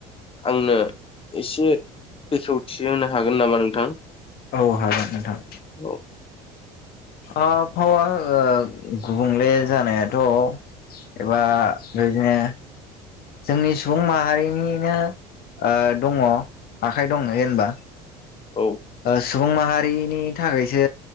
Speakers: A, on the left (about 30°); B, on the left (about 60°).
A: आंनो एसे बेखेवथि होनो हागोन नामा नोंथां
B: औ हागोन नोंथां
A: औ
B: फावा गुबुंले जानायाथ' एबा बिदिनो जोंनि सुबुं माहारिनिनो ओ दङ आखाइ दङ जेनबा
A: औ
B: ओ सुबुं माहारि नि थाखायसो